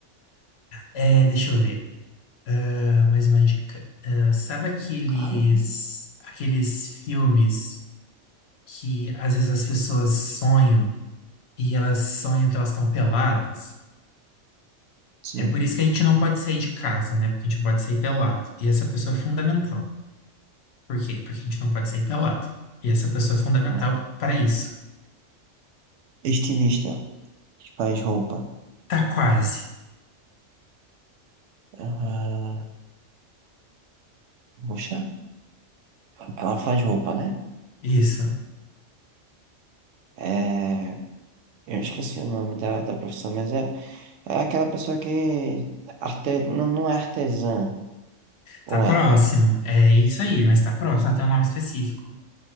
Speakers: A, on the left; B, on the right.
A: É, deixa eu ver. Ah, mais uma dica. Ah, sabe aqueles,
B: Cara,
A: aqueles filmes que às vezes as pessoas sonham e elas sonham que elas estão peladas?
B: sim.
A: É por isso que a gente não pode sair de casa, né? Porque a gente não pode sair pelado. E essa pessoa é fundamental. Por quê? Porque a gente não pode sair pelado. E essa pessoa é fundamental
B: É.
A: para isso.
B: Estilista que faz roupa.
A: Tá quase.
B: Ah, poxa, ela faz roupa, né?
A: Isso.
B: É, eu esqueci o nome da, da profissão, mas é, é aquela pessoa que arte, não, não é artesã, ou
A: Tá próximo.
B: é?
A: É isso aí, mas tá próximo. Até um nome específico.